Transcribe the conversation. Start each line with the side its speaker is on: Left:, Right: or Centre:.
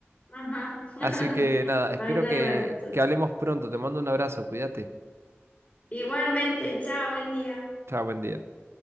Left: Ajá. <laughs>
Right: Así que nada, espero
Left: A mí también
Right: que,
Left: me gustó.
Right: que hablemos pronto. Te mando un abrazo, cuídate.
Left: Igualmente, chao, buen día.
Right: Chao, buen día.